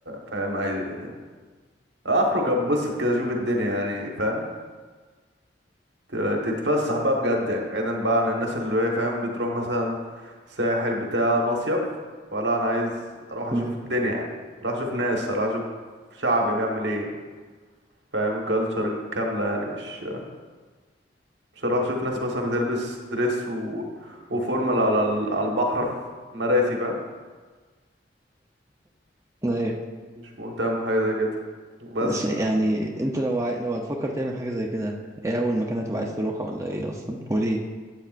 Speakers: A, on the right; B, on the right.
A: فاهم عايز يعني اخرج اتبسط كده اشوف الدنيا يعني فاهم ت- تتفسح بقى بجد يعني بعيدا بقى عن الناس اللي هي فاهم بتروح مثلا ساحل بتاع مصيف ولا انا عايز اروح اشوف
B: امم
A: الدنيا يعني اروح اشوف ناس اروح اشوف شعبي بيعمل ايه فاهم كلتشر كامله يعني مش بصراحة شوف ناس مثلا بتلبس دريس و... وفورمال على ال... على البحر في مراسي فاهم
B: ايوه
A: مش مهتم بحاجة زي كده بس
B: بس يعني
A: ف
B: انت لو عاي... لو هتفكر تعمل حاجة زي كده ايه اول مكان هتبقى عايز تروحه ولا ايه اصلا وليه